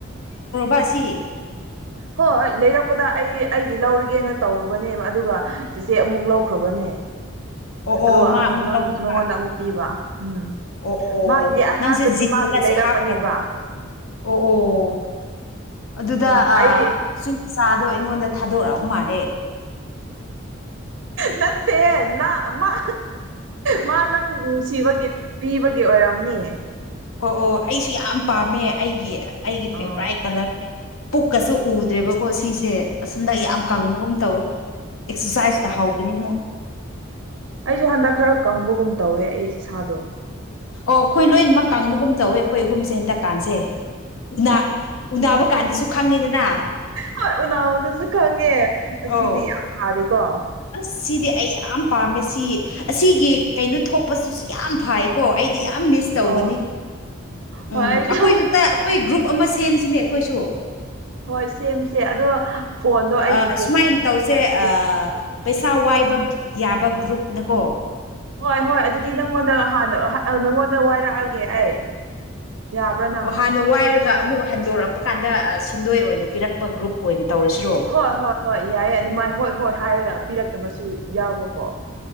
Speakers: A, on the left; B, on the right.
A: ꯑꯁꯤ
B: ꯍꯣꯍ‌ꯣꯏ ꯂꯩꯔꯛꯄꯗ ꯑꯩ ꯑꯩꯒꯤ ꯂꯧꯔꯒꯦꯅ ꯇꯧꯔꯨꯕꯅꯦꯕ ꯑꯗꯨꯒ ꯆꯤꯆꯦ ꯑꯃꯨꯛ ꯂꯧꯈ꯭ꯔꯕꯅꯦ
A: ꯑꯣ ꯑꯣ
B: ꯑꯗꯨꯒ
A: ꯃꯥ
B: ꯑꯃꯨꯛ ꯅꯪ
A: ꯂꯧꯈ꯭ꯔꯕ
B: ꯅꯪꯉꯣꯟꯗ ꯑꯃꯨꯛ ꯄꯤꯕ ꯎꯝ
A: ꯑꯣ ꯑꯣ
B: ꯃꯥꯒꯤꯗꯤ ꯑꯍꯥꯟꯕꯗꯤ
A: ꯅꯪꯁꯦ ꯖꯤꯠꯒ‌ꯣꯏꯅ
B: ꯃꯥꯒꯤ
A: ꯑꯁꯤ
B: ꯂꯩꯔꯛꯄꯅꯦꯕ
A: ꯍꯥꯞꯈ꯭ꯔꯕ ꯑꯣ ꯑꯣ ꯑꯗꯨꯗ
B: ꯎꯝ
A: ꯑ
B: ꯑꯩ
A: ꯁꯨꯝ ꯆꯥꯗꯣ ꯑꯩꯉꯣꯟꯗ ꯊꯥꯗꯣꯔꯛ ꯃꯥꯜꯂꯦ
B: ꯅꯠꯇꯦ ꯅꯥ ꯃꯥ ꯃꯥ ꯅꯪ ꯅꯨꯡꯁꯤꯕꯒꯤ ꯕꯒꯤ ꯑꯣꯏꯔꯝꯅꯤ
A: ꯑꯣ ꯑꯣ ꯑꯩꯁꯨ ꯌꯥꯝ ꯄꯥꯝꯃꯦ ꯑꯩꯒꯤ ꯑꯩꯒꯤ ꯐꯦꯚꯣꯔꯥꯏꯠ
B: ꯑꯥ
A: ꯀꯂꯔꯅꯦ ꯄꯨꯛꯀꯁꯨ ꯎꯗ꯭ꯔꯦꯕꯀꯣ ꯁꯤꯁꯦ ꯑꯁꯣꯝꯗ ꯌꯥꯝ
B: ꯑꯣ
A: ꯀꯪꯕꯒꯨꯝ ꯇꯧꯋꯦ ꯑꯦꯛꯁꯔꯁꯥꯏꯖꯀ ꯍꯧꯈꯤꯅꯤ ꯃꯨꯛ
B: ꯑꯩꯁꯨ ꯍꯟꯗꯛ ꯈꯔ ꯀꯪꯕꯒꯨꯝ ꯇꯧꯋꯦ ꯑꯩ ꯏꯁꯥꯗꯣ
A: ꯑꯣ ꯑꯩꯈꯣꯏ ꯂꯣꯏꯅꯃꯛ ꯀꯥꯡꯕꯒꯨꯝ ꯇꯧꯋ‌ꯦ ꯑꯩꯈꯣꯏ ꯑꯍꯨꯝꯁꯦ ꯍꯟꯗꯛ ꯀꯥꯟꯁꯦ ꯎꯅ ꯎꯅꯕ ꯀꯥꯟꯗꯁꯨ ꯈꯪꯉꯦꯗꯅ
B: ꯍꯣꯏ ꯎꯅꯥꯕꯗꯁꯨ ꯈꯪꯉꯦ ꯑꯁꯤꯗꯤ
A: ꯑꯧ
B: ꯌꯥꯝ ꯐꯥꯔꯦꯀꯣ
A: ꯑꯁ ꯁꯤꯗꯤ ꯑꯩ ꯌꯥꯝ ꯄꯥꯝꯃꯦ ꯁꯤ ꯑꯁꯤꯒꯤ ꯀꯩꯅꯣ ꯊꯣꯛꯄꯁꯨꯁꯨ ꯌꯥꯝ ꯐꯥꯏ ꯀꯣ ꯑꯩꯗꯤ ꯌꯥꯝ ꯃꯤꯁ ꯇꯧꯒꯅꯤ
B: ꯑꯣ ꯍꯣꯏ
A: ꯎꯝ
B: ꯑꯩꯁꯨ
A: ꯑꯩꯈꯣꯏꯈꯛꯇ ꯑꯩꯈꯣꯏ ꯒ꯭ꯔꯨꯞ ꯑꯃ ꯁꯦꯝꯁꯤꯅꯦ ꯑꯩꯈꯣꯏꯁꯨ
B: ꯍꯣꯏ ꯁꯦꯝꯁꯦ ꯑꯗꯣ ꯐꯣꯟꯗꯣ ꯑꯩꯒꯤ
A: ꯑꯥ ꯁꯨꯃꯥꯏꯅ ꯇꯧꯁꯦ
B: ꯐꯣꯟꯒꯤꯀꯣ
A: ꯑꯥ ꯄꯩꯁꯥ ꯋꯥꯏꯕ ꯌꯥꯕ ꯒ꯭ꯔꯨꯞꯅꯀꯣ
B: ꯍꯣꯏ ꯍꯣꯏ ꯑꯗꯨꯗꯤ ꯅꯪꯉꯣꯟꯗ ꯍꯥꯟꯅ ꯅꯪꯉꯣꯟꯗ ꯋꯥꯏꯔꯛꯑꯒꯦ ꯑꯩ ꯌꯥꯕ꯭ꯔ ꯅꯪ
A: ꯑꯣ ꯍꯥꯟꯅ ꯋꯥꯏꯔꯒ ꯑꯃꯨꯛ ꯍꯟꯗꯣꯔꯛꯄ ꯀꯥꯟꯗ ꯁꯤꯟꯗꯣꯏ ꯑꯣꯏꯅ ꯄꯤꯔꯛꯄ ꯒ꯭ꯔꯨꯞ ꯑꯣꯏꯅ ꯇꯧꯔꯁꯤꯔꯣ
B: ꯍꯣꯏ ꯍꯣꯏ ꯍꯣꯏ ꯌꯥꯏꯌꯦ ꯑꯗꯨꯃꯥꯏ ꯍꯣꯏ ꯍꯣꯏ ꯍꯥꯏꯔꯒ ꯄꯤꯔꯛꯇꯕꯁꯨ ꯌꯥꯎꯕꯀꯣ